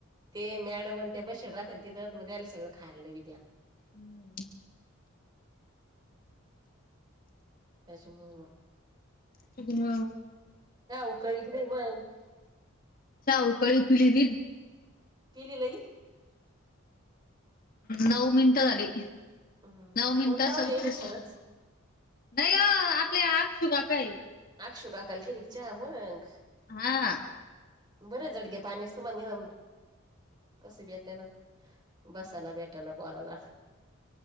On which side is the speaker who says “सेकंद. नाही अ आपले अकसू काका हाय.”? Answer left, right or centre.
Left